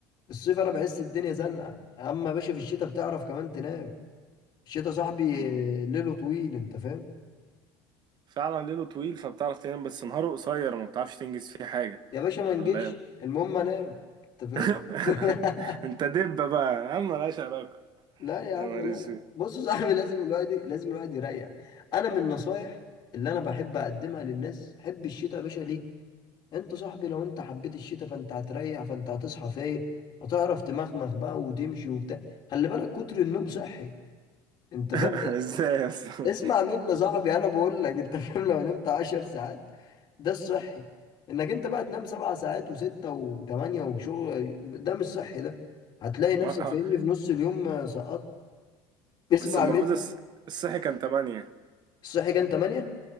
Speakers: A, on the left; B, on the right.
A: الصيف انا بحس الدنيا زنقة اما يا باشا في الشتاء بتعرف كمان تنام الشتاء صاحبي
B: 10
A: ليله طويل انت فاهم
B: فعلا ليله طويل فبتعرف تنام بس نهاره قصير ما بتعرفش تنجز فيه حاجة
A: يا باشا ما نجيش
B: ولا ايه
A: المهم انام انت فاهم
B: <laughs>
A: <laughs>
B: انت دبة بقى اما ملهاش علاقة
A: لا يا عم
B: يا نهار
A: لا
B: اسود
A: لا بص يا صاحبي لازم الواحد لازم الواحد يريح انا من النصايح اللي انا بحب اقدمها للناس حب الشتاء يا باشا ليه انت صاحبي لو انت حبيت الشتاء فانت هتريح فانت هتصحى فايق هتعرف تمخمخ بقى وتمشي وبتاع خلي بالك كتر النوم صحي انت
B: <laughs>
A: فاهم يعني
B: ازاي يا اسطى؟
A: اسمع مني يا صاحبي انا بقول لك انت <laughs> فاهم لو نمت عشر ساعات ده الصحي انك انت بقى تنام سبع ساعات وستة وثمانية وشغل ده مش صحي ده هتلاقي نفسك
B: <laughs> ما-
A: فاهمني
B: آه،
A: في نص اليوم آه، سقطت اسمع
B: بس المفروض
A: مني
B: الص- الصحي كان تمانية
A: الصحي كان ثمانية